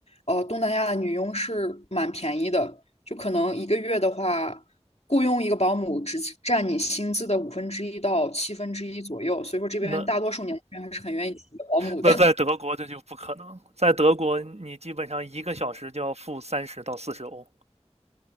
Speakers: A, on the left; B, on the right.
A: 呃，东南亚的女佣是蛮便宜的，就可能一个月的话，雇佣一个保姆只占你薪资的五分之一到七分之一左右，所以说这边大多数年轻人还是很愿意请一个保姆的，
B: 那那在德国这就不可能，在德国你基本上一个小时就要付三十到四十欧，